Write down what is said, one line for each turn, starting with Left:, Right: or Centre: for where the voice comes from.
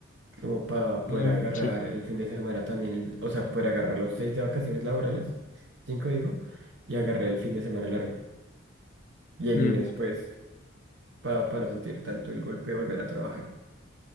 Right: como para poder
Left: Mm,
Right: agarrar
Left: sí.
Right: el fin de semana también, el- o sea, poder agarrar los seis de vacaciones laborales, cinco digo, y agarrar el fin de semana largo. Y el
Left: Mm,
Right: lunes, pues... para para no sentir tanto el golpe de volver a trabajar.